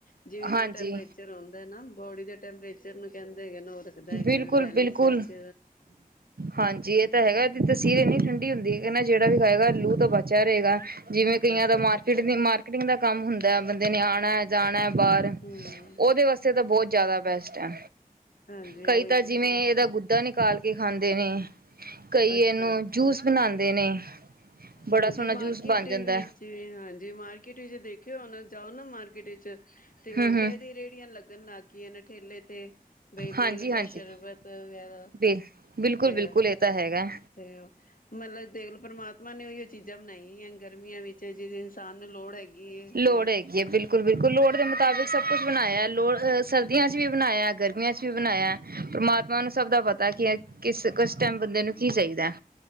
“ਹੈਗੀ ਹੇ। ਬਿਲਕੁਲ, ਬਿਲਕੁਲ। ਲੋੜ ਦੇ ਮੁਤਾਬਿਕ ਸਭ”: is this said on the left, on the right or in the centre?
Right